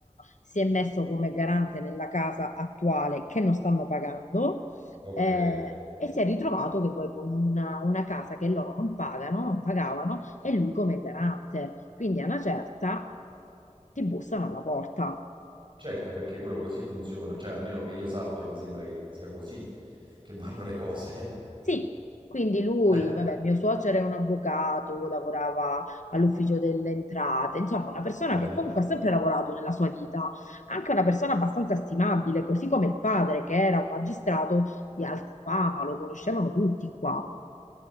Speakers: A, on the left; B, on the right.
A: si è messo come garante nella casa attuale che non stanno pagando
B: Ok.
A: eh, e si è ritrovato che poi con una, una casa che loro non pagano, non pagavano, e lui come garante. Quindi a una certa ti bussano alla porta.
B: Certo, perché quello così funziona, cioè almeno che io sappia, mi sembra che sia così che vanno le cose.
A: Sì. Quindi lui,
B: <laughs>
A: vabbè, mio suocero è un avvocato, lavorava all'ufficio delle entrate, insomma, una persona
B: Eh, ah,
A: che comunque ha sempre lavorato nella sua vita, anche una persona abbastanza stimabile, così come il padre, che era un magistrato di alta fama, lo conoscevano tutti qua.